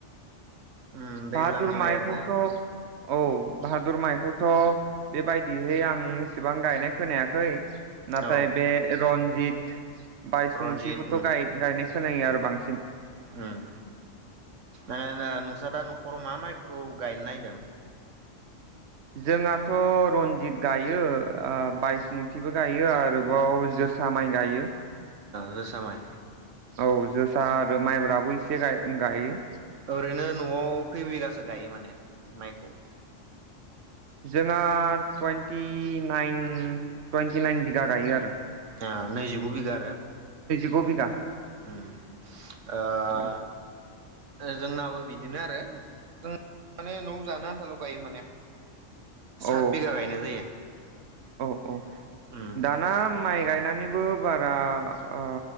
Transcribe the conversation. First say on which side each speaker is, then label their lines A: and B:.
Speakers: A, on the right (about 80°); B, on the right (about 65°).
A: उम दैज्लांनि
B: बाहादुर
A: माइ
B: माइखौथ'
A: आरोना
B: औ बाहादुर माइखौथ' बेबायदिहाय आं इसेबां गायनाय खोनायाखै नाथाय
A: औ
B: बे रन्जित बायसमुथिफोरखौ
A: रन्जित
B: गायनाय खोनायो आरो बांसिन
A: हम आसा दा न'खराव मा माइखौ गायनो नागिरदों
B: जोंहाथ' रन्जित गायो बायसमुथिबो गायो आरोबाव जोसा माइ गायो
A: जोसा माइ
B: औ जोसा आरो माइब्राबो एसे गायो
A: ओरैनो न'आव खैबिगासो गायो माने माइखौ
B: जोंहा टुइन्टि नाइन टुइन्टि नाइन बिगा गायो आरो
A: आ नैजिगु बिगा आरो?
B: गु बिगा
A: उम ओ
B: औ
A: जोंनाबो बिदिनो आरो जों माने न' जानो आन्थाल' गायो माने सात
B: औ
A: बिगा गायनाय जायो।
B: औ औ
A: उम
B: दाना माइ गायनानै बो बारा ओ